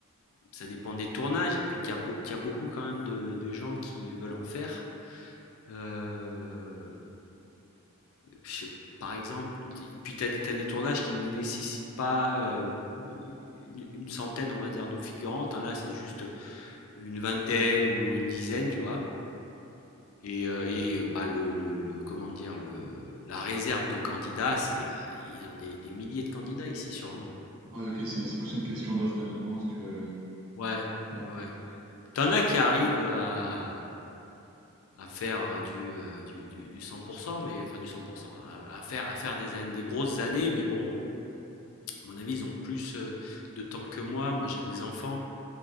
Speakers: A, on the left; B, on the right.
A: ça dépend des tournages et puis qu'il y a, beau- qu'il y a beaucoup quand même de, de gens qui veulent en faire. Euh, je sais- par exemple, puis tu as des, t'as des tournages qui ne nécessitent pas euh, une, une centaine, on va dire, de figurants. T'en as, c'est juste une vingtaine ou une dizaine, tu vois. Et, euh, et, euh, bah, le, le- le- comment dire, le, la réserve de candidats, c'est, euh, ils ont des, des milliers de candidats ici sur Londres.
B: Ouais, ok, c'est c'est plus une question d'offre et de demande que.
A: Ouais,
B: Ouais,
A: ouais, ouais.
B: ok.
A: T'en as qui arrivent euh, à, à faire euh, du, euh, du, du, du 100%, mais enfin du 100%, à, à faire, à faire des, années- des grosses années, mais bon, À mon avis, ils ont plus euh, de temps que moi. Moi, j'ai des enfants.